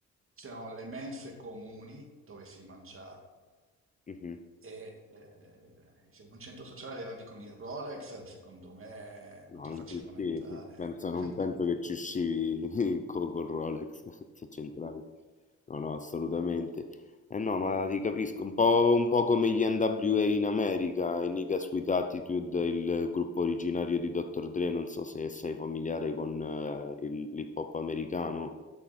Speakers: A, on the right; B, on the left.
A: c'erano le mense comuni dove si mangiava
B: Mhm.
A: e eh, se in un centro sociale arrivavi con il Rolex, secondo me non
B: No,
A: ti
B: non
A: facevano
B: ci sì,
A: entrare.
B: sì. Penso,
A: <laughs>
B: non penso che ci uscivi <laughs> co- col Rolex <laughs> se c'entravi. No, no, assolutamente. Eh no, ma ti capisco, un po', un po' come gli NWA in America, i Niggas with Attitude, il gruppo originario di Dr. Dre, non so se sei familiare con eh, il- l'hip hop americano,